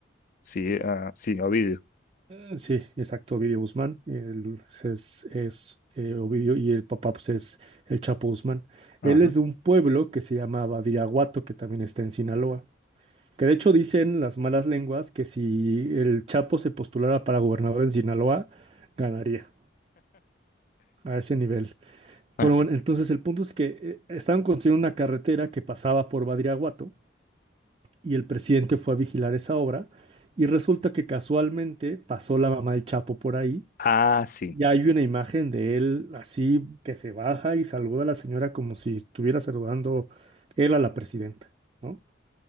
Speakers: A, on the left (about 45°); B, on the right (about 30°).
A: sí, ah, sí, Ovidio.
B: Eh, Sí, exacto, Ovidio Guzmán, él es, es eh, Ovidio y el papá pues es el Chapo Guzmán.
A: Ajá.
B: Él es de un pueblo que se llama Badiraguato, que también está en Sinaloa. Que de hecho dicen las malas lenguas que si el Chapo se postulara para gobernador en Sinaloa, ganaría a ese nivel.
A: Ah,
B: Bueno, bueno, entonces el punto es que eh, estaban construyendo una carretera que pasaba por Badiraguato y el presidente fue a vigilar esa obra y resulta que casualmente pasó la mamá del Chapo por ahí
A: ah, sí,
B: y hay una imagen de él así que se baja y saluda a la señora como si estuviera saludando él a la presidenta, ¿no?